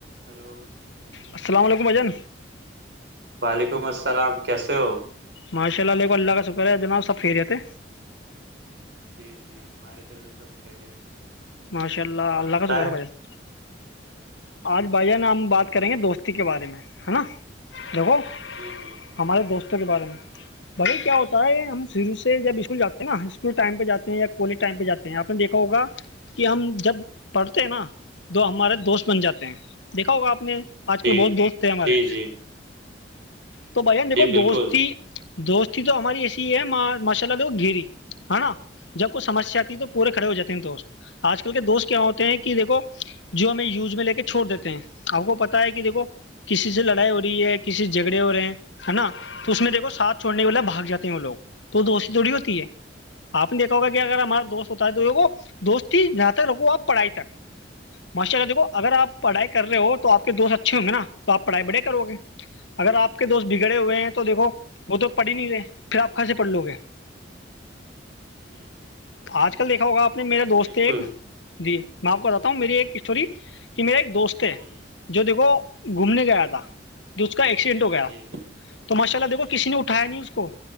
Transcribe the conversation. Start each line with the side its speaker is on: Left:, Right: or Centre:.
Right: Hello
Left: السلام علیکم بھاجان
Right: وعلیکم السلام کیسے ہو
Left: ماشاء اللہ کو اللہ کا شکر ہے جناب سب خیری رہتےے
Right: جی جی ہمارے طر بھی سب خیریت
Left: ماشاء اللہ
Right: اور
Left: اللہ
Right: بتائیں
Left: ک کا سکر بھای جا ن
Right: <inaudible>
Left: آج بھائ جن نا ہم بات کریں گے دوستی کے بارے میں ہے نا دیکھو
Right: جی جی
Left: ہمارے دوستوں کے بارے میں بھائی کیا ہوتا ہے ہم شورو سے جب اسکول جے ہیں نا اسکول ٹائم پہ جاتے ہیں یا کالج ٹائم پہ جاتے ہیں آپ نے دیکھا ہوگا کہ ہم جب پڑھتے ہیں نا تو ہمارے دوست بن جاتے ہیں دیکھا ہوگا آپ نے آج
Right: جی
Left: کل بہت دوست تھے ہمارے
Right: جی جی
Left: تو بھان دیکھو
Right: جی
Left: دوستی
Right: بالکل
Left: دوستی تو ہماری ایسی ہی ہے ماشاء اللہ دیکھو گیری ہے نا جب کوئی سمسیا آتی ہے تو
Right: ہ
Left: پورے کھڑے ہو جاتے ہیں دوست آج کل کے دوست کیا ہوتے
Right: جی
Left: ہیں کہ دیکھو جو ہمیں یوز میں لے کے چھوڑ دیتے ہیں آپ کو پتا ہے کہ دیکھو کسی سے لڑائی ہو رہی ہے کسی سے جھگڑے ہو رہے ہیں ہے نا تو اس میں
Right: ہ جی
Left: دیکھو ساتھ
Right: جی
Left: چوڑنے والے بھاگ جاتے ہیں وہ لوگ تو وہ دوستی تھوڑی ہوتی ہے آپ نے دیکھا کہ اگر ہمارا دوست ہوتا ہے تو یہو دوست ہی جہاں تک رکھو آپ پڑھائی تک ماشاء اللہ دیکو اگر آپ ڑھائی کرے ہو تو آ کے دوست اچھے ہوں گے نا توپ پڑھائی بڑے کرو گے اگر آپ آپ کے دوست بگڑے ہوئے ہیں تو دیکھو وہ تو پڑ ہی نہیں رہے پھر آپ کہسے پڑھ لو گے
Right: ہ ہ
Left: آج کل دیکھا ہوگا آپ نے میرا دوست
Right: ہ
Left: ایک
Right: بالکل
Left: جی میں آپ کو باتا ہوں میری ایک اسٹوری کہ میرے ایک دوست تھ
Right: ہ ہ جی
Left: جو دیکھو
Right: ہ ہ
Left: گھومنے کے آیا تھا اس کا ایکسیڈنٹ ہو گیا
Right: ہ جی
Left: تو ماشاء اللہ دیکھو کسی نے اٹھایا نہیں اس کو